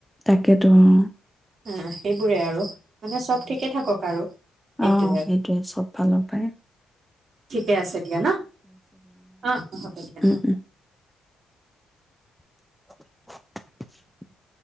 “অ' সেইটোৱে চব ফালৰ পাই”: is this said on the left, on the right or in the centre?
Centre